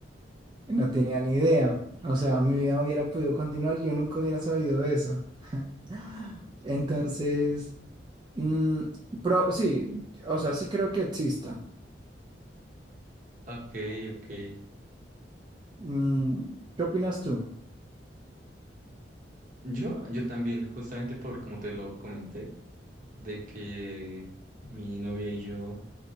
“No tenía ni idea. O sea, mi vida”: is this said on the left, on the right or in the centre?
Right